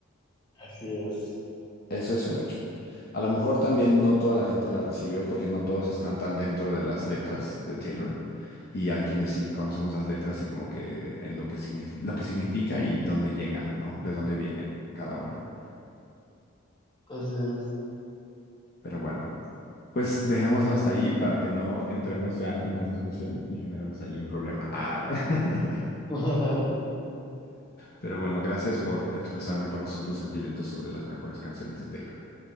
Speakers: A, on the left (about 20°); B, on the left (about 45°).
A: así es.
B: Eso es un hecho. A lo mejor también no toda la gente la recibió porque no todos están tan dentro de las letras de Taylor y hay quienes sí conocemos las letras y como que en lo que signifi- lo que significa y dónde llegan, ¿no? De dónde vienen cada una.
A: Así es.
B: Pero bueno. Pues dejémoslo hasta ahí para que no entremos ya en más discusión y generemos ahí un problema. Ah. <laughs>
A: <laughs>
B: Pero bueno, gracias por expresarme cuáles son tus sentimientos sobre las mejores canciones de Taylor.